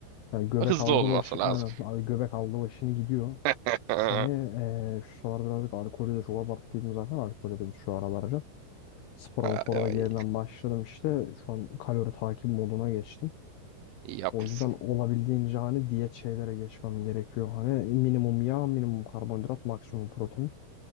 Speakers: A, on the left; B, on the right.
A: yani göbek
B: Hızlı
A: aldı
B: olması
A: başı
B: lazım.
A: aynen abi göbek aldı başını gidiyor.
B: <laughs> Ay,
A: Hani eee şu sıralar birazcık alkolü de çok abarttıydım zaten alkolü de şu aralar. Spora
B: ay,
A: mapora da yeniden başladım işte. Şu an kalori takip moduna geçtim.
B: iyi yapmışsın.
A: O yüzden olabildiğince hani diyet şeylere geçmem gerekiyor. Hani minimum yağ, minimum karbonhidrat, maksimum protein.